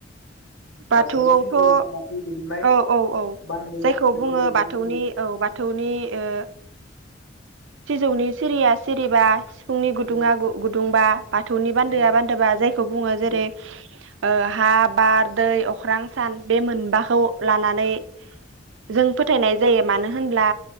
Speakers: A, on the right; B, on the left.
A: बाथौआवथ'
B: बाथौनि सिजौ बा बाथौ दुमनाय
A: औ औ औ
B: बान्दो
A: जायखौ
B: बेफोरबायदिखौ
A: बुङो बाथौनि
B: बुंदों
A: औ बाथौनि ओ सिजौनि सिरिया सिरिबा सि सिफुंनि गुदुङा
B: औ
A: गु गुदुंबा बाथौनि बान्दोआ
B: औ
A: बान्दोबा जायखौ बुङो जेरै
B: औ
A: ओ हा, बार, दै, अख्रां, सान बे मोनबाखौ लानानै जों फोथायनाय जायो मानो होनब्ला